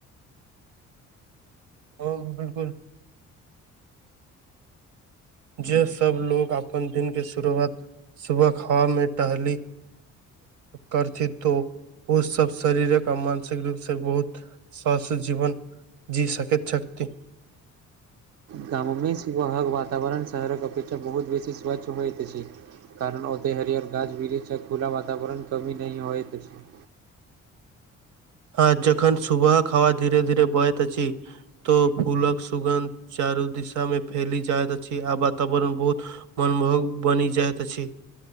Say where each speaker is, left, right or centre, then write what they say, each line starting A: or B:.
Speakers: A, on the right (about 75°); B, on the right (about 55°).
A: ओ बिलकुल जे सब लोग अपन दिन के शुरुआत सुबह हवा मे टहली करथि तो ओ सब शरीर आ मानसिक रूपसँ बहुत स्वास्थ्य जीवन जी सकैत छथि
B: गाममे सुवह वातावरण शहरक अ अपेक्षा बहुत बेसी स्वच्छ होइत छी कारण ओते हरिअर गाछ बिरीछक खुला वातावरण कमी नहि होइत अछि
A: हँ जखन सुुबह क हवा धीरे धीरे बहैत अछि तो फूलक सुगन्ध चारू दिशा मे फैल जाइत अछि आ वातावरण मे बहुत मनमोहक बनि जाइत अछि